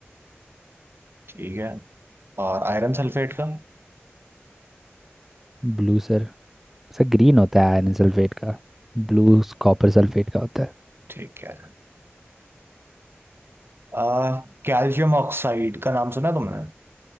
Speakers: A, on the right (about 60°); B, in the centre.
A: ठीक है और आयरन सल्फेट का
B: Blue sir Sir green होता है आयरन सल्फेट का ब्लू कॉपर सल्फेट का होता है
A: ठीक है आ, कैल्शियम ऑक्साइड का नाम सुना है तुमने